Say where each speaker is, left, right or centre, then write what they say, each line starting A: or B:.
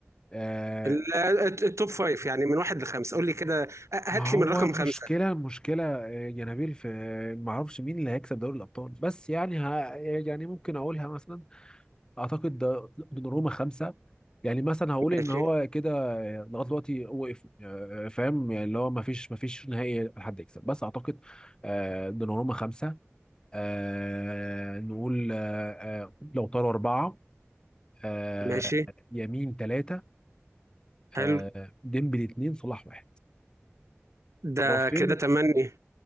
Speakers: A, on the left; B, on the right.
A: آه
B: ال- الت- التوب فايف يعني من واحد لخمسة قول لي كده أ- هات
A: ما هو
B: لي من رقم
A: المشكلة
B: خمسة
A: المشكلة آه، يا نبيل في ما اعرفش مين اللي هيكسب دوري الابطال بس يعني ها يعني ممكن اقولها مثلا اعتقد ده من روما خمسة يعني مثلا هقول
B: ماشي
A: ان هو كده آه، لغايه دلوقتي وقفوا آه، آه، فاهم يعني اللي هو ما فيش ما فيش نهائي حد يكسب بس اعتقد آه دوناروما خمسة آه نقول آه آه لو طاروا اربعة آه
B: ماشي
A: يمين ثلاثة
B: حلو
A: آه، ديمبلي اتنين صلاح واحد
B: ده
A: رافين
B: كده تمني